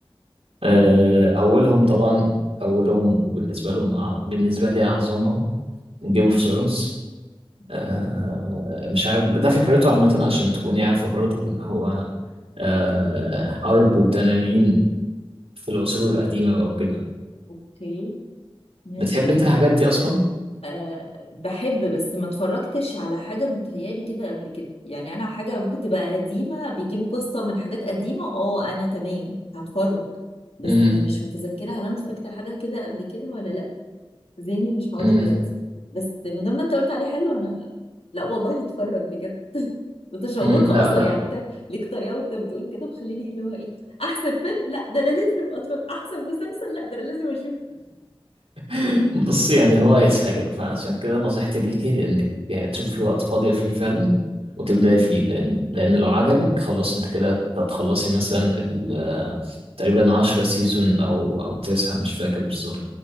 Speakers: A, on the right; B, on the left.
A: آه، أولهم طبعا أولهم وبالنسبة لهم أع- بالنسبة لي أعظمهم جيم اوف ثرونز
B: اوكي
A: آه، مش عارف ده فكرته عامة عشان تكوني عارفة برضو إن هو آه، حرب وتنانين في العصور القديمة بقى وكده
B: اوكي ماشي
A: بتحب
B: مفكرة
A: أنت الحاجات دي أصلا؟
B: أه بحب بس ما اتفرجتش على حاجة متهيالي كده قبل كده يعني أنا حاجة ممكن تبقى قديمة بيجيبوا قصة من حاجات قديمة اه أنا تمام هتفرج بس
A: مم.
B: مش متذكرة هل أنا اتفرجت على حاجة كده قبل كده ولا لأ ذهني مش حاضر
A: مم.
B: دلوقتي بس من لما أنت قلت عليه حلو أنا لأ والله هتفرج بجد <laughs> متشوقة
A: مم. لا
B: أصلا
A: لا
B: يعني أنت ليك طريقة وأنت بتقول كده مخليني اللي هو إيه أحسن فيلم لأ ده أنا لازم أتفرج أحسن مسلسل لأ ده أنا لازم أشوفه
A: <laughs> بصي يعني هو يسحلك فعشان كده نصيحتي ليكي إنك تشوفي وقت فاضية فيه فعلا وتبدأي
B: اوكي
A: فيه لأن لأن لو عجبك خلاص أنت كده هتخلصي مثلا ال- آه، تقريبا عشرة سيزون أو أو تسعة مش فاكر بالظبط